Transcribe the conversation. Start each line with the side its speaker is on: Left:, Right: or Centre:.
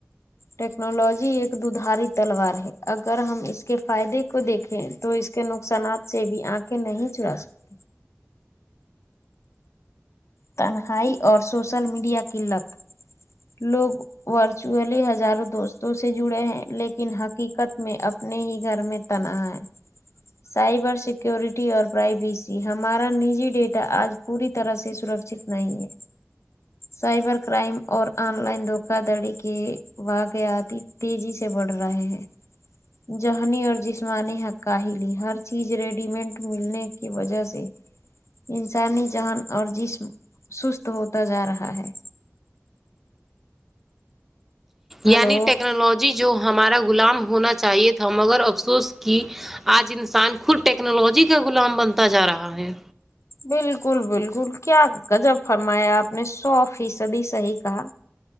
Left: ٹیکنالوجی ایک ددھاری تلوار ہے اگر ہم اس کے فائدے کو دیکھیں تو اس کے نقصانات سے بھی آنک نہیں چلا سکتے تنہائی اور سوشل میڈیا کی لت لوگ ورچولی ہزاروں دوستوں سے جڑے ہیں لیکن حقیقت میں اب اپنے ہی گھر میں تنہا ہے سائبر سیکورٹی اور پرائیویسی ہمارا نجی ڈیٹا آج پوری طرح سے سرک جتنا ہی ہے سائبر کرائم اور آن لائن دھوکا دھڑی کی وقھیاتی تیزی سے بڑھ رہے ہیں ذہنی اور جسمانی حقاہ لی ہر چیز ریڈی مٹ ملنے کی وجہ سے انسانی جہن اور جسم سست ہوتا جا رہا ہے ہلو
Centre: یعنی ٹیکنالوجی جو ہمارا غلام ہونا چاہیے تھا مگر افسوس کی آج انسان خود ٹیکنالوجی کا غلام بنتا جا رہا ہے
Left: بالکل بالکل کیا گجب فرمایا آپ نے سو فیصدی صحی کہا